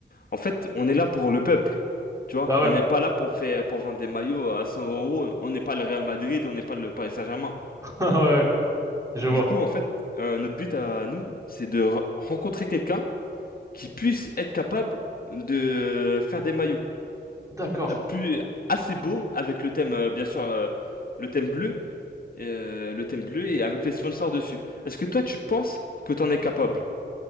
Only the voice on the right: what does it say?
Bah ouais,
<laughs> ouais, ouais, je vois.
D'accord.